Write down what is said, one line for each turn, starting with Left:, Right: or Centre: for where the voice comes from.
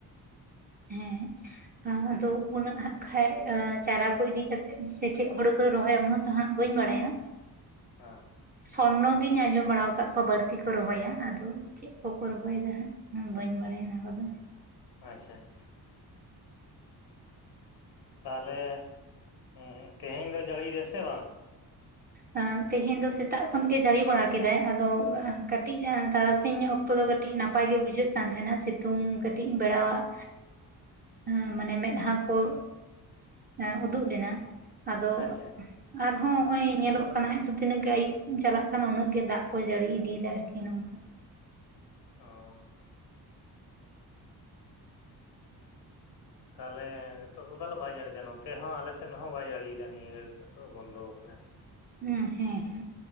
Right: ᱦᱩᱸ ᱟ-ᱟᱫᱚ ᱩᱱᱟᱹᱜ ᱦᱟᱸᱜ ᱠᱷᱟᱡ ᱮᱸ ᱪᱟᱨᱟ ᱠᱚ ᱤᱫᱤ ᱠᱟᱛᱮᱜ ᱥᱮ ᱪᱮᱜ ᱦᱩᱲᱩ ᱠᱚ ᱨᱚᱦᱚᱭᱟ ᱩᱱᱟᱹᱜ ᱦᱟᱸᱜ ᱵᱟᱹᱧ ᱵᱟᱲᱟᱭᱟ᱾
Left: ᱦᱟ
Right: ᱥᱚᱨᱱᱚ ᱜᱤᱧ ᱟᱸᱡᱚᱢ ᱵᱟᱲᱟᱣ ᱠᱟᱜ ᱠᱚᱣᱟ ᱵᱟᱹᱲᱛᱤ ᱠᱚ ᱨᱚᱦᱚᱭᱟ, ᱟᱫᱚ ᱪᱮᱜ ᱠᱚᱠᱚ ᱨᱚᱦᱚᱭᱫᱟ ᱦᱟᱸᱜ ᱠᱷᱟᱱ ᱵᱟᱹᱧ ᱵᱟᱲᱟᱭᱟ ᱚᱱᱟ ᱠᱚᱫᱚ᱾
Left: ᱟᱪᱪᱷᱟ ᱟᱪᱪᱷᱟ ᱛᱟᱦᱞᱮ ᱩᱸ ᱛᱮᱦᱮᱧ ᱫᱚ ᱡᱟᱹᱲᱤᱭᱫᱟᱭ ᱥᱮ ᱵᱟᱝ?
Right: ᱟᱸ ᱛᱮᱦᱮᱧ ᱫᱚ ᱥᱮᱛᱟᱜ ᱠᱷᱚᱱ ᱜᱤ ᱡᱟᱹᱲᱤ ᱵᱟᱲᱟ ᱠᱮᱫᱟᱭ ᱟᱫᱚ ᱮᱸ ᱠᱟᱹᱴᱤᱡ ᱛᱟᱨᱟᱥᱤᱧ ᱚᱠ ᱛᱚ ᱫᱚ ᱠᱟᱹᱴᱤᱡ ᱱᱟᱯᱟᱭ ᱜᱮ ᱵᱩᱡᱷᱟᱹᱜ ᱠᱟᱱ ᱛᱟᱦᱮᱱᱟ ᱥᱤᱛᱩᱝ ᱠᱟᱹᱴᱤᱡ ᱤᱧ ᱵᱮᱲᱟᱣᱟᱜ <unintelligible> ᱢᱟᱱᱮ ᱢᱮᱫᱟᱦᱟ ᱠᱚ ᱮᱸ ᱩᱫᱩᱜ ᱞᱮᱱᱟ᱾ ᱟᱫᱚ
Left: ᱟᱪᱪᱷᱟ
Right: ᱟᱨᱦᱚᱸ ᱦᱚᱜᱼᱚᱸᱭ ᱧᱮᱞᱚᱜ ᱠᱟᱱᱟ ᱦᱟᱸᱜ ᱛᱚ ᱛᱤᱱᱟᱹᱜ ᱜᱮ ᱟᱹᱭᱩᱵ ᱪᱟᱞᱟᱜ ᱠᱟᱱᱟ ᱩᱱᱟᱹᱜ ᱜᱮ ᱫᱟᱜ ᱠᱚ ᱡᱟᱹᱲᱤ ᱤᱫᱤᱭᱫᱟ ᱟᱨᱠᱤ ᱱᱚᱣᱟ᱾
Left: ᱚ ᱛᱟᱦᱞᱮ ᱱᱤᱛᱚᱜ ᱫᱚ ᱛᱟᱦᱞᱮ ᱵᱟᱭ ᱡᱟᱹᱲᱤᱭᱫᱟ ᱱᱚᱛᱮ ᱦᱚᱸ ᱟᱞᱮ ᱥᱮᱫ ᱦᱚᱸ ᱵᱟᱭ ᱡᱟᱹᱲᱤᱭᱫᱟ ᱱᱤᱭᱟᱹ ᱜᱷᱟᱹᱲᱤᱡ ᱫᱚ᱾ ᱛᱚ ᱵᱚᱱᱫᱚᱣ ᱠᱟᱱᱟ᱾
Right: ᱦᱩᱸ ᱦᱮᱸ ᱦᱮᱸ